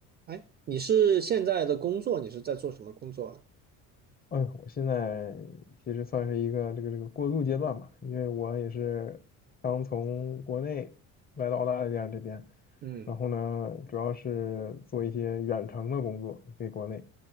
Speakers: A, on the right; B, on the left.
A: 哎，你是现在的工作，你是在做什么工作啊？
B: 哎呦，我现在其实算是一个这个这个过渡阶段吧，因为我也是刚从国内来到澳大利亚这边，
A: 嗯，
B: 然后呢，主要是做一些远程的工作给国内，